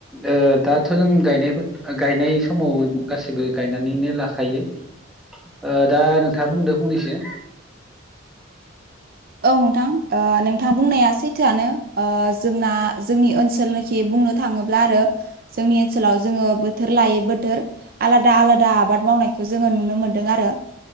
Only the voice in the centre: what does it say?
ओ दाथ' जों गायनाय - गायनाय समाव गासिबो गायनानैनो लाखायो ओ दा नोंथाङा बुंदो फंनैसो